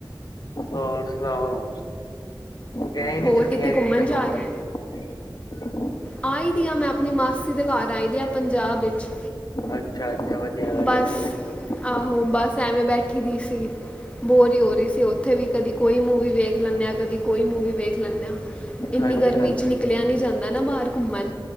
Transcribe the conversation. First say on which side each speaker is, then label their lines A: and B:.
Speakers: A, on the left; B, on the left.
A: ਹੋਰ ਸੁਣਾਓ? ਗਏ ਨੀ
B: ਹੋਰ
A: ਛੁੱਟੀਆਂ 'ਚ
B: ਘੁੰਮਣ
A: ਕਿੱਥੇ
B: ਜਾ
A: ਘੁੰਮਣ।
B: ਰਹੇ ਆਈ ਦੀ ਆ, ਮੈਂ ਅਪਣੀ ਮਾਸੀ ਦੇ ਘਰ ਆਈ ਦੀ ਆ, ਪੰਜਾਬ ਵਿੱਚ।
A: ਅੱਛਾ। ਅੱਛਾ ਵਧੀਆ <unintelligible>
B: ਬਸ ਆਹੋ, ਬਸ ਐਵੇਂ ਬੈਠੀ ਦੀ ਸੀ, ਬੋਰ ਹੀ ਹੋ ਰੀ ਸੀ, ਔਥੇ ਵੀ ਕਦੀ ਕੋਈ ਮੂਵੀ ਵੇਖ ਲੈਂਣੇ ਆਂ, ਕਦੀ ਕੋਈ ਮੂਵੀ ਵੇਖ ਲੈਂਣੇ ਆਂ। ਇੰਨੀ
A: ਹਾਂਜੀ
B: ਗਰਮੀ
A: ਹਾਂਜੀ
B: 'ਚ ਨਿਕਲਿਆ ਨੀ ਜਾਂਦਾ ਨਾ ਬਾਰ ਘੁੰਮਣ।